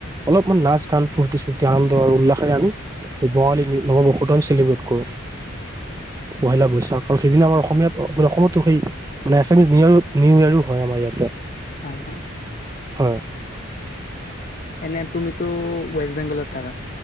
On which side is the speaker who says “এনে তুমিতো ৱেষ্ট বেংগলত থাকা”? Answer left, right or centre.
Left